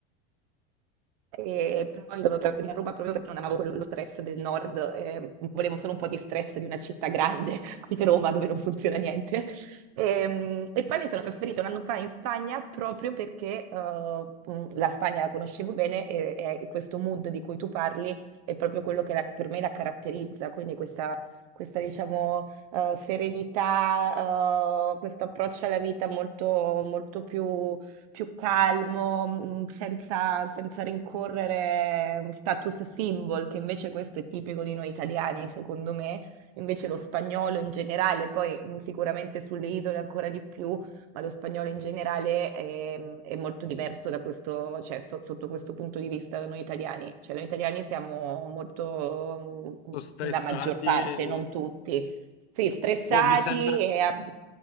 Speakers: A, on the right; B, on the left.
A: E poi sono trasferita a Roma proprio perché non amavo quello lo stress del nord, ehm, volevo solo un po' di stress di una città grande, <laughs> di Roma, dove non funziona niente. Ehm, E, poi mi sono trasferita un anno fa in Spagna proprio perché eh, mh, la Spagna la conoscevo bene e, e questo mood di cui tu parli è proprio quello che la- per me la caratterizza, quindi questa, questa diciamo, eh, serenità, eh, questo approccio alla vita molto, molto più più calmo, mm, senza, senza rincorrere un status symbol, che invece questo è tipico di noi italiani, secondo me. Invece lo spagnolo in generale, poi mm, sicuramente sulle isole ancora di più, ma lo spagnolo in generale è, è molto diverso da questo, cioè, so- sotto questo punto di vista da noi italiani. Cioè, noi italiani siamo molto, mm,
B: Sono stressati
A: la maggior parte, non
B: e
A: tutti, sì, stressati
B: boh, mi sembra
A: e, ab-